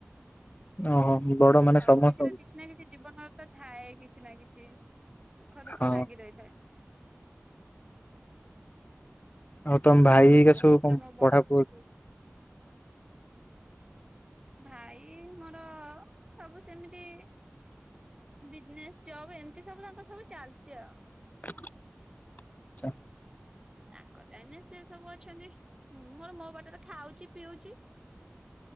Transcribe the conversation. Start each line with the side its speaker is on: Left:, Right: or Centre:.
Left: ଓହୋ। ବଡ ମାନେ
Right: ସବୁ
Left: ସମସ୍ତଙ୍କ
Right: କିଛିର କିଛି ନା କିଛି ଜୀବନର ତ ଥାଏ କିଛି ନା କିଛି ସୁଖ ଦୁଃଖ
Left: ହଁ
Right: ଲାଗି ରହିଥାଏ।
Left: ଆଉ ତମ ଭାଇ ହେରିକା
Right: ମୋ
Left: ସବୁ
Right: ଉପରେ
Left: କଣ
Right: ମୋ ବଡ
Left: ପଢା
Right: ସିଷ୍ଟର
Left: ପଢୁଛ
Right: ଭାଇ ମୋର ସବୁ ସେମିତି ବିଜନେସ୍ ଜବ୍ ଏମିତି ସବୁ ତାଙ୍କର ସବୁ ଚାଲିଚି ଆଉ।
Left: ଆଛା।
Right: ତାଙ୍କ ଲାଇନ୍ ରେ ସେ ସବୁ ଅଛନ୍ତି ମୁଁ ମୋର ମୋ ବାଟରେ ଖାଉଚି ପିଉଚି